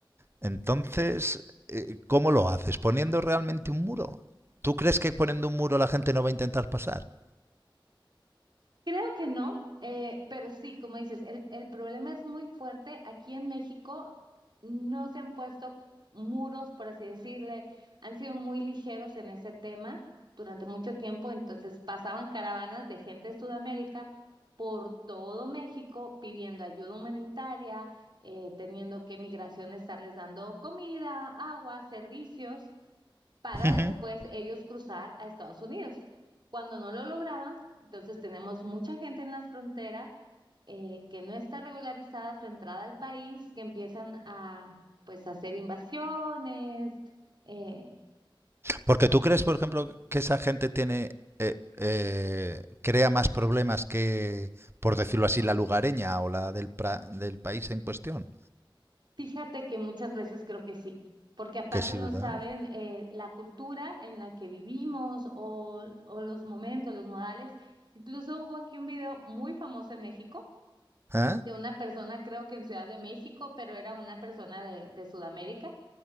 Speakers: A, on the right; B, on the right.
A: Entonces, eh, ¿cómo lo haces? ¿Poniendo realmente un muro? ¿Tú crees que poniendo un muro la gente no va a intentar pasar?
B: Creo que no, eh, pero sí, como dices, el, el problema es muy fuerte. Aquí en México no se han puesto muros, por así decirle, han sido muy ligeros en ese tema durante mucho tiempo, entonces pasaban caravanas de gente de Sudamérica por todo México pidiendo ayuda humanitaria, eh, teniendo que migración estarles dando comida, agua, servicios para
A: <laughs>
B: después ellos cruzar a Estados Unidos. Cuando no lo lograban, entonces tenemos mucha gente en las fronteras eh, que no está regularizada su entrada al país, que empiezan a pues hacer invasiones. eh,
A: Porque tú crees, por ejemplo, que esa gente tiene eh, eh, crea más problemas que, por decirlo así, la lugareña o la del, pra- del país en cuestión.
B: fíjate que muchas veces creo que sí, porque aparte
A: Que sí,
B: no
A: ¿verdad?
B: saben eh, la cultura en la que vivimos o, o los momentos, los modales. Incluso hubo aquí un video muy famoso en México
A: ¿Eh?
B: de una persona, creo que en Ciudad de México, pero era una persona de, de Sudamérica,